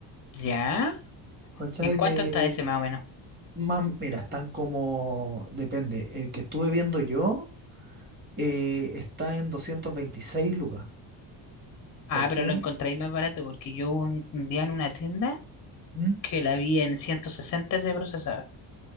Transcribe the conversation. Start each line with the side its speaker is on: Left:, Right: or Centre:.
Left: ¿Ya?
Right: ¿Cachai?
Left: ¿En cuánto
Right: De
Left: está ese más o menos?
Right: más, mira, están como, depende, el que estuve viendo yo eh, está en 226 lucas,
Left: Ah,
Right: ¿cachai?
Left: pero lo encontráis más barato porque yo un, un día en una tienda
Right: ¿Mm?
Left: que la vi en 160 ese procesador.